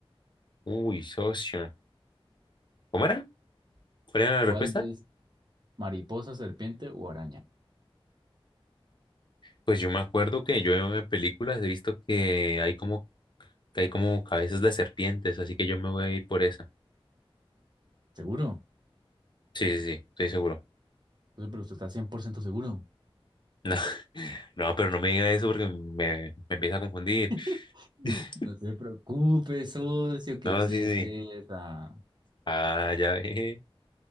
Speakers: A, on the left; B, on the right.
A: uy, socio. ¿Cómo era? ¿Cuál era la
B: ¿Cuál
A: respuesta?
B: de es mariposa, serpiente o araña?
A: Pues yo me acuerdo que yo en películas he visto que hay como que hay como cabezas de serpientes, así que yo me voy a ir por esa.
B: ¿Seguro?
A: Sí, sí, sí, estoy seguro.
B: No sé, Pero usted está 100% seguro.
A: <laughs> No. No, pero no me diga eso porque me, me empieza a confundir.
B: <laughs>
A: <laughs>
B: No se preocupe, socio, que
A: No, no,
B: si
A: sí,
B: es
A: sí.
B: esa.
A: Ah, ya ve.